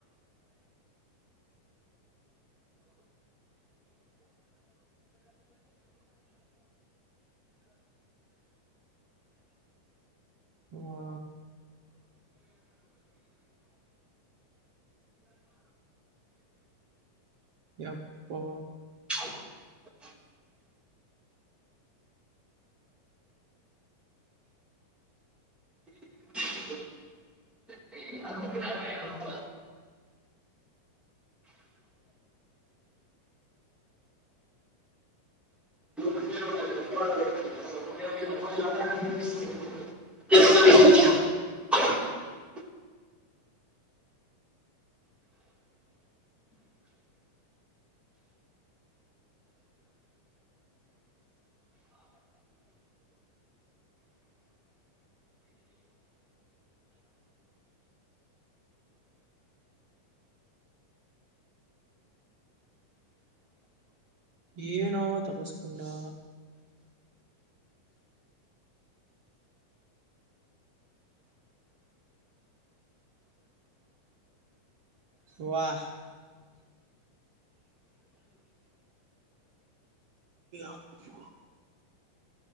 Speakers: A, on the right; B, in the centre.
A: ವಾ ಅಪ್ಪ
B: <inaudible> <inaudible> <inaudible> <unintelligible>
A: ಏನೋ ತಪಸ್ಕೊಂಡಾ ವಾಹ್ ಅಪ್ಪ